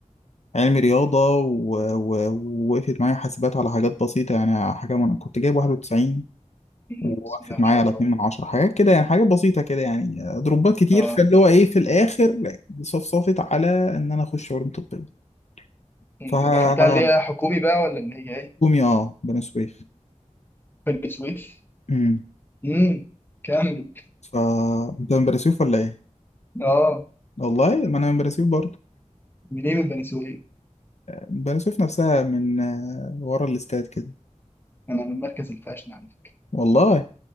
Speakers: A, on the left; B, on the left.
A: علمي رياضة و- و- ووقفت معايا حاسبات على حاجات بسيطة يعني حاجة من كنت جايب 91
B: مم.
A: ووقفت
B: بسم الله ما
A: معايا
B: شاء
A: على
B: الله
A: 2 من 10 حاجات كده يعني حاجات بسيطة كده يعني دروبات كتير
B: اه
A: فاللي هو إيه في الآخر صفصفت على إن أنا أخش علوم طبية
B: انت
A: فحكومي
B: دخلتها اللي هي حكومي بقى ولا اللي هي ايه؟
A: أه بني سويف
B: بني سويف؟
A: أمم.
B: امم كمل
A: ف أنت من بني سويف ولا إيه؟
B: اه
A: والله ما أنا من بني سويف برضه
B: منين من بني سويف؟
A: بني سويف نفسها من آه، ورا الاستاد كده
B: انا من المركز الفاشن على فكره
A: والله